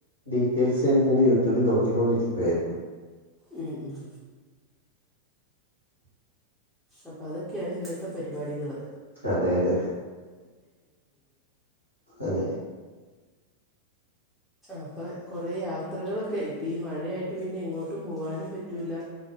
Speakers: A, on the left; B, in the centre.
A: ഡീറ്റെയിൽസ് ഞാന ഇങ്ങനെ യൂട്യൂബിൽ നോക്കിക്കൊണ്ടിരിക്കുകയായിരുന്നു.
B: ഉം ഉം. അപ്പൊ അതൊക്കെയാണ് ഇന്നത്തെ പരിപാടികള്.
A: അതെ അതെ അതെ.
B: അപ്പൊ കൊറെേ യാത്രകളൊക്കെ ഇപ്പ ഈ മഴയായി ട്ട് പിന്നെ എങ്ങോട്ടും പോകാനും പറ്റില്ല